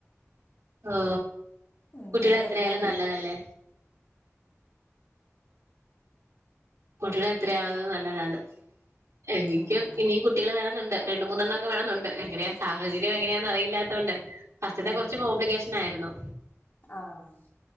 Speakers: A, on the right; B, on the left.
A: ഓ
B: ഉം
A: കുട്ടികൾ
B: ഞാൻ
A: എത്ര
B: വെറുതെ
A: ആയാലും
B: പറഞ്ഞു
A: നല്ലതല്ലേ കുട്ടികള് എത്രയാവുന്നത് നല്ലതാണ് എനിക്കും
B: ഉം
A: ഇനി കുട്ടികള് വേണെന്നുണ്ട് രണ്ട് മൂന്നെണ്ണംക്കെ വേണംന്നുണ്ട് എങ്ങെയാ സാഹചര്യംഎങ്ങനായാന് അറിയില്ല ത്തോണ്ട് ഫസ്‌റ്റത്തെ
B: ഉം
A: കുറച്ച് കോംപ്ലിക്കേഷൻ ആയിരുന്നു
B: ആഹ്